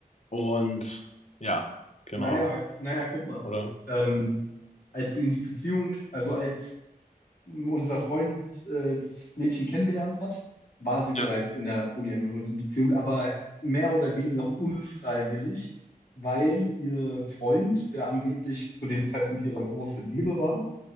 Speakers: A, on the left (about 45°); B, on the left (about 70°).
A: Und ja, genau,
B: naja, naja, guck mal.
A: oder?
B: Ähm, als sie in die Beziehung, also als unser Freund äh, das Mädchen kennengelernt hat, war sie bereits
A: Ja.
B: in einer polyamorösen Beziehung, aber mehr oder weniger unfreiwillig, weil ihr Freund, der angeblich zu dem Zeitpunkt ihre große Liebe war,